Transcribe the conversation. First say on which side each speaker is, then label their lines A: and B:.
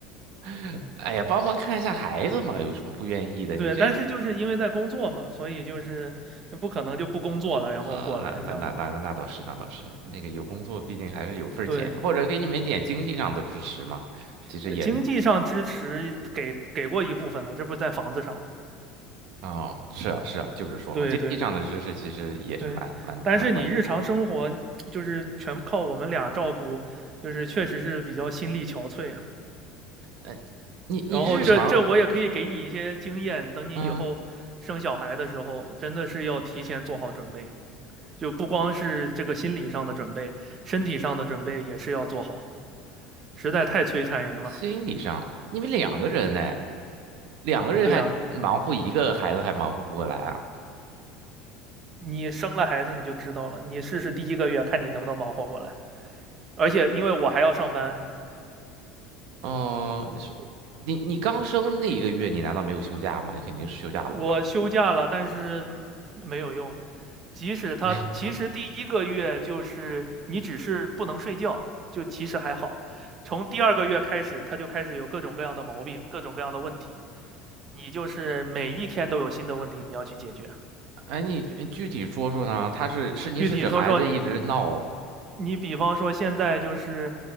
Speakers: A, on the right; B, on the right.
A: <laughs> 哎呀，帮忙看一下孩子嘛，有什么不愿意的？
B: 对，
A: 你这，
B: 但是就是因为在工作嘛，所以就是不可能就不工作了，然后过来这样子。
A: 呃，那那那那那倒是，那倒是，那个有工作，毕竟还是有份儿钱，
B: 对，
A: 或者给你们一点经济上的支持嘛。其实也，
B: 呃经济上支持给给过一部分了，这不是在房子上嘛？
A: 哦，是啊，是啊，就是说嘛，
B: 对对对
A: 经济上的支持其实也是蛮蛮蛮管用的。
B: 对，但是你日常生活就是全靠我们俩照顾，就是确实是比较心力憔悴啊。
A: 嗯。你你日常
B: 然后这这我也可以给你一些经验，等你以后生小孩的时候，
A: 嗯，
B: 真的是要提前做好准备，就不光是这个心理上的准备，身体上的准备也是要做好，实在太摧残人了。
A: 心理上你们两个人呢，两个人还忙活一个孩子还忙活不过来啊？
B: 对呀，你生了孩子你就知道了，你试试第一个月看你能不能忙活过来。而且因为我还要上班，
A: 嗯、是我你你刚生那一个月，你难道没有休假吗？你肯定是休假了的吧？
B: 我休假了，但是没有用。即使他其实第一个月就是你只是不能睡觉，
A: <laughs> 空
B: 就其实还好。从第二个月开始，他就开始有各种各样的毛病，各种各样的问题。你就是每一天都有新的问题你要去解决。
A: 哎，你具具体说说呢？他是是你是指孩子一直闹
B: 具体说说，你比方说现在就是